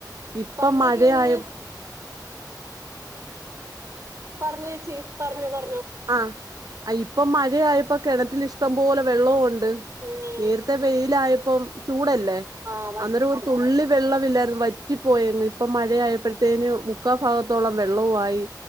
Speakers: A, on the right (about 60°); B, on the right (about 40°).
A: ഇപ്പൊ
B: പണ്ടൊക്കെയാണെങ്കി
A: മഴയയ
B: പറഞ്ഞ ച്ചി പറഞ്ഞ പറ
A: ആഹ് ഇപ്പ മഴയപ്പോ കിണത്തി ഇഷ് ടം പോലെ വെള്ളവും ഉണ്ട്
B: ഉം
A: ണ്ട് നേത്തെ വെയിലായപ്പൊ ചൂടല്ലേ
B: ആഹ് വറ്റിപ്പൂ
A: അന്നേരം ഒരു തുള്ളി വെള്ള വിലർന്ന് വറ്റിപ്പോയെ ഇപ്പ മഴയായപ്പഴ തേനട മുക്കാൽ ഭാഗത്തോളം വെള്ളവു ആയി